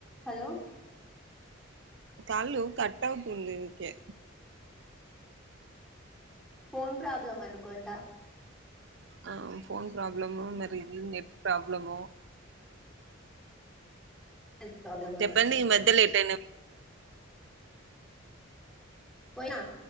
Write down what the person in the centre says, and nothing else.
Hello
phone problem అనుకుంట
నెట్ ప్రాబ్లం అనుకుంటా
పోయ్న